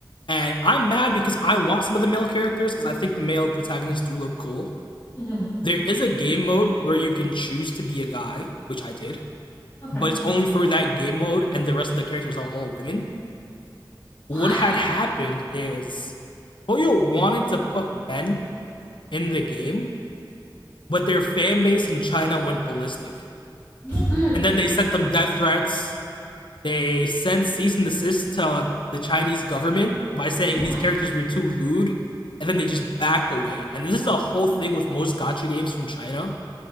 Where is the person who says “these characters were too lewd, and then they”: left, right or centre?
Left